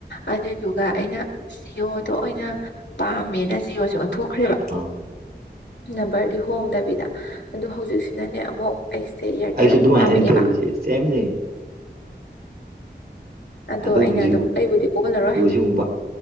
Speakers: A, on the left (about 75°); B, on the right (about 60°).
A: ꯑꯗꯨꯏꯗꯨ ꯑꯗꯨꯒ ꯑꯩꯅ ꯖꯤꯌꯣꯗꯣ ꯑꯣꯏꯅ ꯄꯥꯝꯃꯦꯅ ꯖꯤꯌꯣꯁꯦ ꯑꯣꯟꯊꯣꯛ ꯈ꯭ꯔꯦꯕ
B: ꯑꯥ
A: ꯅꯝꯕꯔꯗꯤ ꯍꯣꯡꯗꯕꯤꯗ ꯑꯗ ꯍꯧꯖꯤꯛꯁꯤꯅꯅꯦ ꯑꯃꯨꯛ ꯑꯩꯁꯦ ꯏꯌꯥꯔꯇꯦꯜ
B: ꯑꯩꯁꯨ
A: ꯑꯃꯨꯛ
B: ꯑꯗꯨꯃꯥꯏꯅꯅꯤ
A: ꯄꯥꯝꯃꯛꯑꯦꯕ
B: ꯇꯧꯔꯤꯁꯦ ꯁꯦꯝꯅꯦ
A: ꯑꯗꯣ
B: ꯑꯗꯨ
A: ꯑꯩꯅ
B: ꯑꯃꯨꯛ
A: ꯑꯗꯨꯝ ꯑꯩꯕꯨꯗꯤ ꯑꯣꯜꯂꯔꯣꯏ
B: ꯖꯤꯑꯣꯁꯤ ꯑꯃꯨꯛ